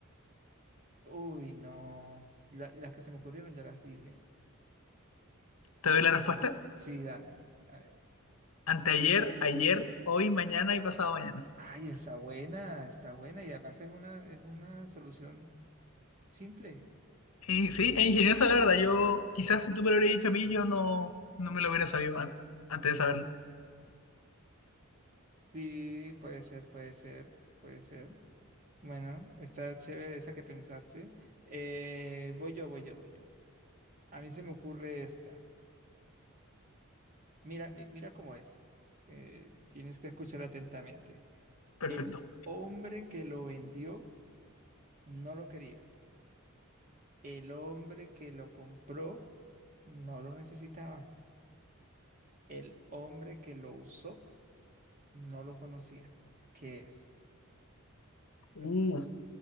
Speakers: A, on the right (about 40°); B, on the left (about 85°).
A: Uy, no. La- las que se me ocurrieron ya las dije.
B: Te doy la respuesta.
A: Sí, dale. A ver.
B: Anteayer, ayer, hoy, mañana y pasado mañana.
A: Ay, está buena, está buena. Y además es una, es una solución simple.
B: Y sí, es ingenioso la verdad. Yo, quizás si tú me lo hubieras dicho a mí, yo no, no me lo hubiera sabido an- antes de saberlo.
A: Sí, puede ser, puede ser, puede ser. Bueno, está chévere esa que pensaste. Eh, voy yo, voy yo, voy yo. A mí se me ocurre esta. Mira, mi- mira cómo es. Eh, tienes que escuchar atentamente.
B: Perfecto.
A: El hombre que lo vendió no lo quería. El hombre que lo compró no lo necesitaba. El hombre que lo usó no lo conocía. ¿Qué es?
B: Uh,
A: Te